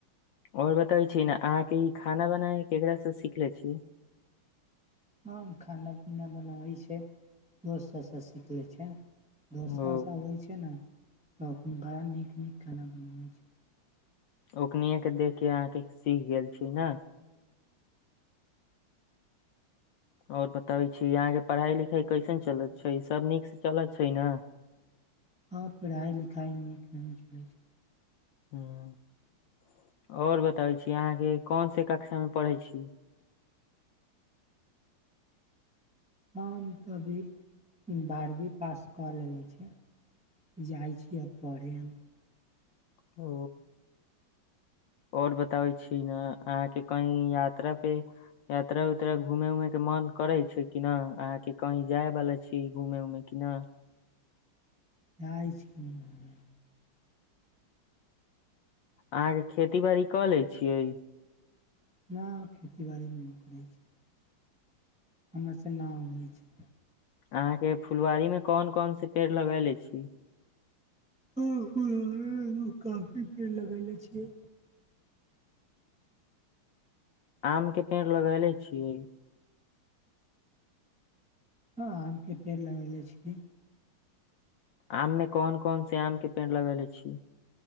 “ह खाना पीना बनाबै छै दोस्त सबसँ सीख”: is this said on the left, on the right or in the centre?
Centre